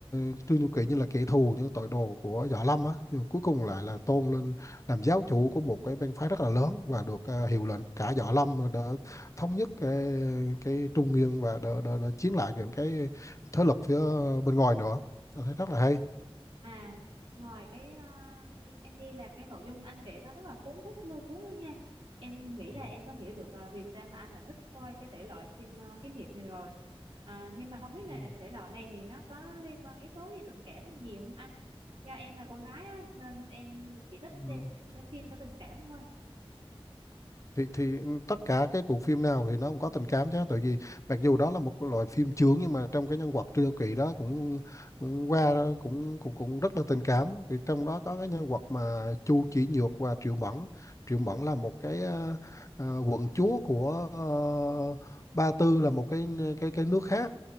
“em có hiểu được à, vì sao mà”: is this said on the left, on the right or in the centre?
Right